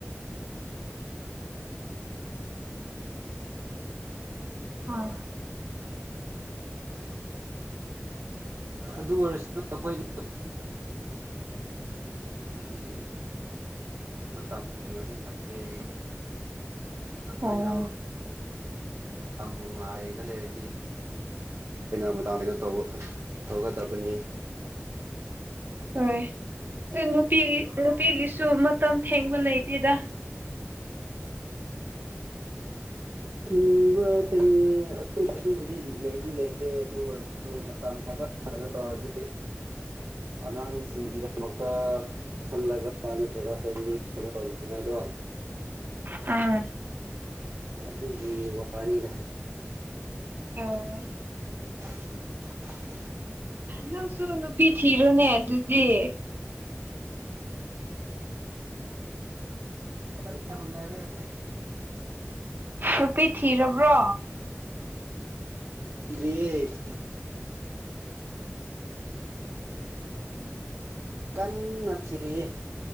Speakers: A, on the right (about 45°); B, on the right (about 65°).
A: ꯑꯥ
B: ꯑꯗꯨ ꯑꯣꯢꯔꯁꯨ ꯑꯩꯈꯣꯏꯗꯤ ꯅꯨꯄꯤꯗꯤ ꯃꯇꯝꯅꯗꯤ ꯐꯩ ꯑꯩꯈꯣꯏꯅ
A: ꯑꯣ
B: ꯃꯇꯝꯕꯨ ꯉꯥꯏꯅ ꯂꯩꯔꯗꯤ ꯀꯩꯅ ꯃꯇꯥꯝ ꯀꯩꯅ ꯇꯧꯕ ꯇꯧꯒꯗꯕꯅꯤ
A: ꯍꯣꯢ ꯗꯣ ꯅꯨꯄꯤꯒꯤ ꯅꯨꯄꯤꯒꯤꯁꯨ ꯃꯇꯝ ꯊꯦꯡꯕ ꯂꯩꯇꯦꯗ
B: ꯊꯤꯡꯕ ꯐꯩꯌꯦ ꯑꯗꯨ ꯑꯗꯨꯕꯨꯗꯤ ꯂꯩꯗꯤ ꯂꯩꯇꯦ ꯑꯗꯨ ꯑꯣꯏꯔ ꯁꯨ ꯃꯇꯝ ꯐꯖꯥ ꯐꯖꯥ ꯇꯧꯔꯗꯤ ꯑꯉꯥꯡꯁꯤꯡꯒꯤꯗꯃꯛꯇ ꯈꯜꯂꯒ ꯅꯠꯇ꯭ꯔꯒ ꯐꯦꯃ꯭ꯂꯤ ꯀꯩꯅꯣ ꯇꯧꯕꯤꯅꯤꯡꯉꯥꯢꯗꯣ
A: ꯑꯥ
B: ꯑꯗꯨꯒꯤ ꯋꯥꯅꯤꯗ
A: ꯑꯣ
B: <unintelligible>
A: ꯅꯪꯁꯨ ꯅꯨꯄꯤ ꯊꯤꯔꯣꯅꯦ ꯑꯗꯨꯗꯤ
B: ꯀꯥꯟꯅ ꯍꯧꯅꯔꯦ
A: ꯅꯨꯄꯤ ꯊꯤꯔꯕ꯭ꯔꯣ
B: ꯌꯧꯗꯔ꯭ꯤꯌꯦ ꯀꯟꯅ ꯊꯤꯔꯤꯌꯦ